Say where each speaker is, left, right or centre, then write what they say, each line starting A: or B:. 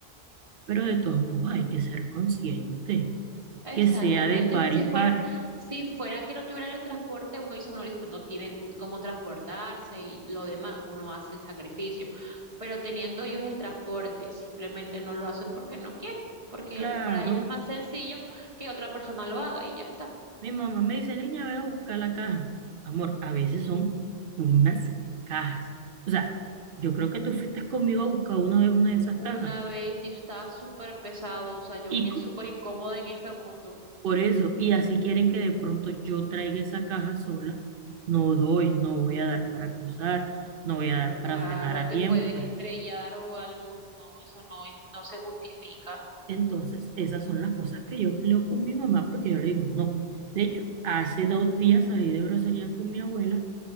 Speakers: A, on the right; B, on the right.
A: pero de todos modos hay que ser consciente,
B: exactamente.
A: que sea de par
B: Si
A: y
B: fuera,
A: par.
B: si fuera que no tuvieran el transporte, uno dice, bueno, listo, no tiene cómo transportarse y lo demás, uno hace el sacrificio. Pero teniendo ellos el transporte, simplemente no lo hacen porque no quieren, porque
A: Claro,
B: para ellos es más sencillo que otra persona lo haga y ya está.
A: mi mamá me dice, niña, ve a buscar la caja. Amor, a veces son unas cajas. O sea, yo creo que tú fuiste conmigo a buscar una vez una de esas
B: una
A: cajas.
B: vez y estaba súper pesado, o sea, yo
A: Y,
B: venía súper incómoda en esa moto.
A: Por eso, y así quieren que de pronto yo traiga esa caja sola, no doy, no voy a dar para cruzar, no voy a dar para
B: Claro,
A: frenar a
B: te
A: tiempo.
B: puedes
A: Entonces,
B: estrellar o algo, no, eso no es- no se justifica.
A: entonces, esas son las cosas que yo peleo con mi mamá porque yo le digo no. De hecho, hace dos días salí de grosería con mi abuela